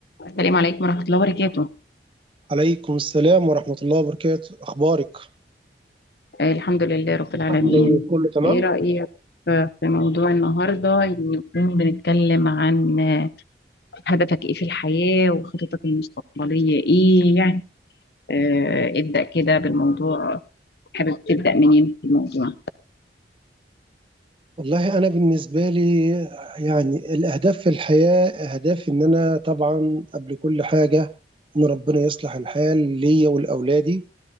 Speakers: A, on the left (about 65°); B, on the right (about 30°).
A: السلام عليكم ورحمة الله وبركاته
B: عليكم السلام ورحمة الله وبركاته أخبارك
A: آه، الحمد لله رب العالمين
B: عامل إيه كله تمام
A: ايه رأيك في في موضوع النهاردة نكون بنتكلم عن آه، هدفك ايه في الحياة وخططك المستقبلية ايه يعني آه، ابدأ كده بالموضوع حابب تبدأ منين في الموضوع
B: والله أنا بالنسبة لي يعني الأهداف في الحياة أهداف إن أنا طبعا قبل كل حاجة إن ربنا يصلح الحال ليا ولأولادي